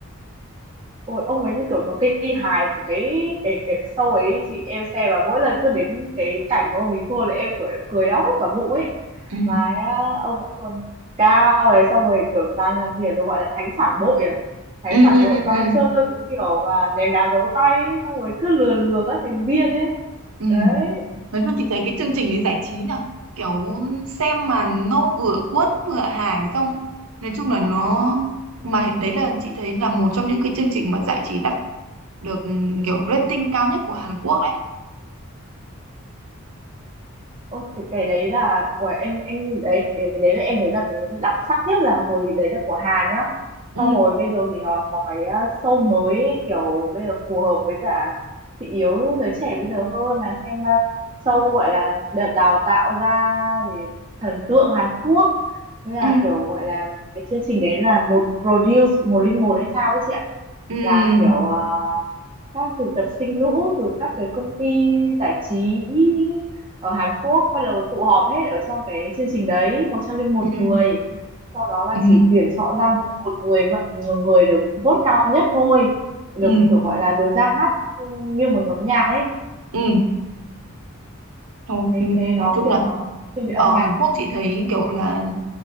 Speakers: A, on the right; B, on the right.
A: ôi ông ấy như kiểu một cây hài của cái cái cái show ấy chị em xem và mỗi lần cứ đến cái cảnh của ông ấy thua là em kiểu em cười đau hết cả bụng ấy
B: ừ
A: mà á, ông ấy còn cao này xong rồi kiểu toàn là gì ạ? nó gọi là thánh phản bội à thánh
B: ừ
A: phản
B: ừ
A: bội
B: ừ
A: toàn
B: ừ
A: chơi cái kiểu mà ném đá giấu tay ấy, xong rồi cứ lừa lừa các thành viên ấy
B: ừ.
A: đấy
B: nói chung chị thấy cái chương trình đấy giải trí nhở kiểu xem mà nó vừa cuốn vừa hài xong nói chung là nó mà đấy là chị thấy là một trong những cái chương trình mà giải trí đắt được ừ, kiểu rating cao nhất của Hàn Quốc đấy
A: ô thì cái đấy là của em em đấy cái đấy là em thấy là cái đặc sắc nhất là hồi đấy là của Hàn nhá
B: ừ
A: xong rồi bây giờ thì nó có cái uh, show mới ấy, kiểu bây giờ phù hợp với cả thị hiếu giới trẻ bây giờ hơn là xem uh, show gọi là đợt đào tạo ra về thần tượng Hàn Quốc thế là
B: ừ
A: kiểu gọi là cái chương trình đấy là một produce một linh một hay sao ấy chị ạ
B: ừ
A: là kiểu à, các thực tập sinh nữ từ các cái công ty giải trí ở Hàn Quốc bắt đầu tụ họp hết ở trong cái chương trình đấy một trăm linh một
B: ừ
A: người sau đó là
B: ừ
A: chỉ tuyển chọn ra 11 người mà- người được vote cao nhất thôi được
B: ừ
A: kiểu gọi là được ra mắt như một nhóm nhạc ấy
B: ừ Thôi,
A: đấy
B: ừ.
A: cái nên
B: nói
A: nó
B: chung
A: kiểu
B: là
A: nó thiên về âm
B: ở
A: nhạc
B: Hàn Quốc chị thấy kiểu là